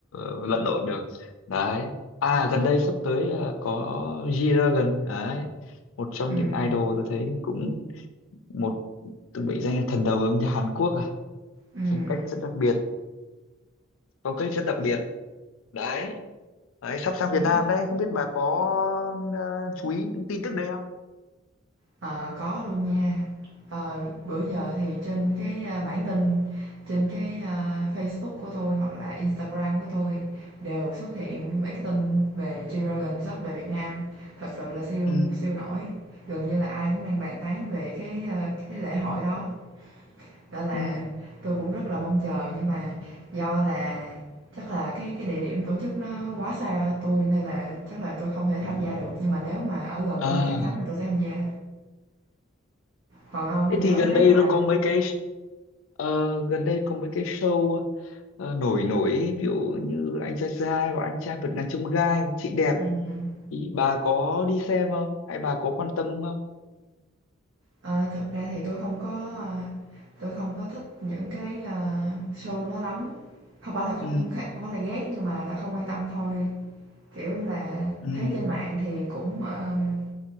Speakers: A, on the left (about 80°); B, on the right (about 65°).
A: ờ, lẫn lộn được đấy à gần đây sắp tới ờ, có G-Dragon đấy một trong
B: ừm,
A: những idol tôi thấy cũng một từng bị danh là thần đầu âm nhạc Hàn Quốc à
B: ừm,
A: phong cách rất đặc biệt phong cách rất đặc biệt đấy đấy sắp sang
B: đúng
A: Việt Nam đấy không biết bà có ờ, chú ý những tin tức đấy không
B: Ờ, có luôn nha. Ờ, bữa giờ thì trên cái à, bản tin, trên cái à, Facebook của tôi hoặc là Instagram của tôi đều xuất hiện mấy cái tin về G-Dragon sắp về Việt Nam. Thật sự là siêu
A: ừ
B: siêu nổi. Gần như là ai cũng đang bàn tán về cái à, cái lễ hội đó. Đó là
A: ừ
B: tôi cũng rất là mong chờ nhưng mà do là chắc là cái cái địa điểm tổ chức nó quá xa tôi nên là chắc là tôi không thể tham gia được. Nhưng mà nếu mà ở gần
A: à
B: tôi thì chắc chắn là tôi sẽ tham gia. Còn ông
A: thế
B: thì nếu
A: thì gần
B: nếu
A: đây
B: như mà
A: nó có mấy cái ờ, gần đây có mấy cái show ờ, nổi nổi ví dụ như anh trai C2 và anh trai vượt ngàn chông gai chị đẹp
B: ừm,
A: Ý, bà có đi xem không? Hay bà có quan tâm không?
B: ờ, thực ra thì tôi không có, ờ, tôi không có thích những cái, ờ, show đó lắm. Không phải là không
A: Ừ,
B: không phải là ghét nhưng mà là không quan tâm thôi, kiểu là,
A: ừ,
B: thấy trên mạng thì cũng, ờm,